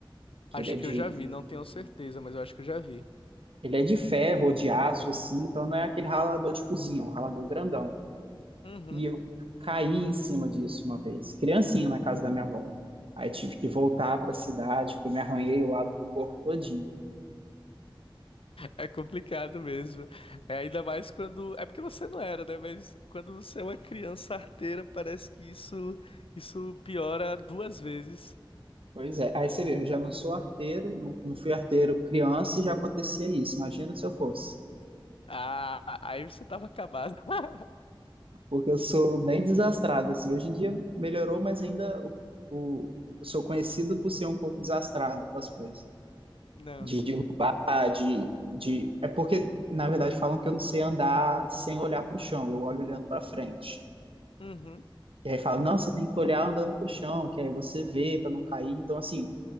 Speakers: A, on the right; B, on the left.
A: que
B: Acho
A: ele é de
B: que eu já vi, não tenho certeza, mas eu acho que eu já vi.
A: ele é de ferro ou de aço assim, então não é aquele ralador de cozinha, é um ralador grandão.
B: Uhum.
A: E eu caí em cima disso uma vez, criancinha na casa da minha avó. Aí tive que voltar para a cidade, porque eu me arranhei o lado do corpo todinho.
B: É complicado mesmo. É ainda mais quando. É porque você não era, né? Mas quando você é uma criança arteira, parece que isso isso piora duas vezes.
A: Pois é, aí você vê, eu já não sou arteiro, não, não fui arteiro criança e já acontecia isso. Imagina se eu fosse.
B: Ah, aí você tava acabado. <laughs>
A: porque eu sou bem desastrado, assim. Hoje em dia melhorou, mas ainda o, o- eu sou conhecido por ser um pouco desastrado com as coisas.
B: Não,
A: De
B: sim.
A: derrubar, de, de... É porque, na verdade, falam que eu não sei andar sem olhar para o chão, eu olho olhando para frente.
B: Uhum.
A: E aí falam, não, você tem que olhar andando para o chão, que aí você vê para não cair. Então, assim,